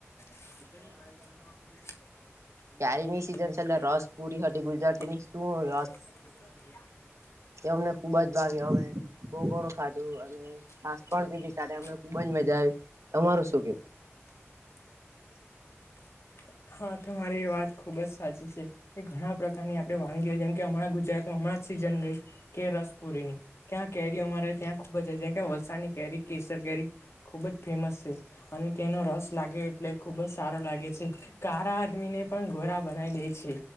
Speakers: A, on the left; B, on the right.
A: <unintelligible>
B: ક્યારીની સિઝન છે એટલે રસ
A: <unintelligible>
B: પુરી હતી ગુજરાતીની શું એ અમને ખુબ જ ભાગે અમે બહ ગણું ખાઢું અને છાસ
A: <unintelligible>
B: પણ પીધી સાથે અમને ખુબ જ મજા આવી તમારું શું કેવું? <inaudible>
A: હા તમારી વાત ખુબ જ સાચી છે. એ ઘણા પ્રકારની આપણે વાનગીઓ જેમ કે હમણાં ગુજરાતમાં હમણાં જ સિઝન ગઈ કે રસપુરીની. ક્યાં કેરીઓ અમારે ત્યાં ખુબ જ છે જ કે વલસાડની કેરી કેસર કેરી ખુબ જ ફેમસ છે. અને તેનો રસ લાગે એટલે ખુબ જ સારો લાગે છે. કા આદમી ને પણ ઘોરા બનાવી દે છે